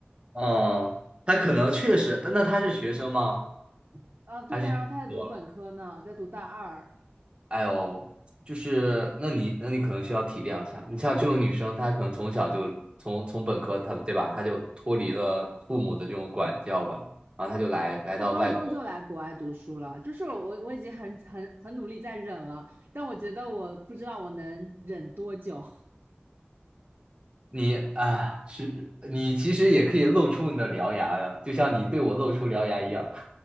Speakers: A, on the right (about 25°); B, on the right (about 55°).
A: 嗯，他可能确实，但那他是学生吗？
B: 啊，对啊，
A: 还是已经工作了？
B: 他在读本科呢，在读大二。
A: 哎呦，就是那你那你可能需要体谅一下，你像这种女生，她可能从小就从从本科，她对吧，她就脱离了父母的这种管教吧，然后她就来来到外国。
B: 他高中就来国外读书了，就是我我已经很很很努力在忍了，但我觉得我不知道我能忍多久。
A: 你啊，是你其实也可以露出你的獠牙呀，就像你对我露出獠牙一样。